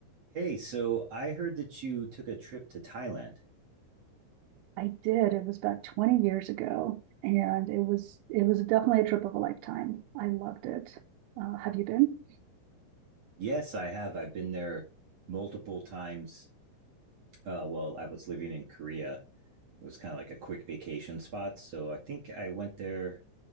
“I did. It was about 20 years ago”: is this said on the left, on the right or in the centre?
Right